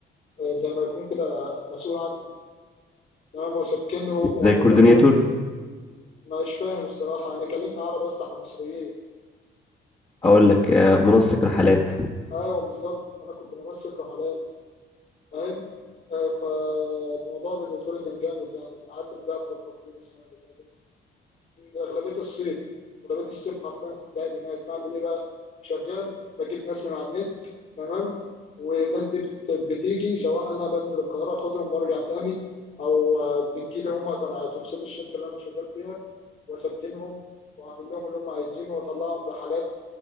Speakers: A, on the left; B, on the left.
A: آه، زي ما يكون كده مسؤول عنهم تمام وسكنهم وعامل
B: زي كوردينيتور
A: لهم اللي هم مش فاهم الصراحة أنا كلمنا عربي يا اسطى إحنا مصريين
B: اقول لك آه، منسق رحلات
A: أيوه بالظبط أنا كنت منسق رحلات فاهم آه، فالموضوع بالنسبة لي كان جامد يعني قعدت في دهب فترة طويلة السنة اللي فاتت أغلبية الصيف أغلبية الصيف حرفيا كنت قاعد هناك بعمل إيه بقى شغال بجيب ناس من على النت تمام والناس دي بت- بتيجي سواء أنا بنزل القاهرة أخدهم وأرجع تاني أو آه، بتجيلي هم تبع أتوبيسات الشركة اللي أنا شغال فيها وأسكنهم واعمل لهم اللي هم عايزينه واطلعهم رحلات